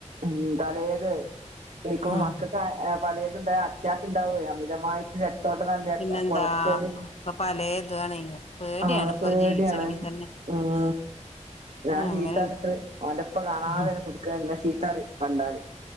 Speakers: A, on the right; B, on the left.
A: ഉം തലേത് കൈകുമ്പം
B: ഉം
A: പലേത്ണ്ട് അറ്റാക്ക്ണ്ടാകുവേ അമിതമായിട്ട് രക്തോട്ടന്നാ രക്
B: പിന്നെന്താ
A: കൊളസ്ട്രോളും
B: ഒക്കെ പലേതുവാണേ പേടിയാണ്
A: ആഹ്
B: ഇപ്പൊ
A: പേടിയാണ്
B: ജീവിച്ചണെങ്കി തന്നെ
A: ഉം ഞാൻ
B: ആ, അങ്ങനെ
A: ചീത്ത പറഞ്ഞിട്ട് അവന്റെപ്പ കാണാതന്നെ
B: ഉം
A: കൊടുക്ക്ആ ഇന്നാ ചി- ത്തറി കണ്ടാല്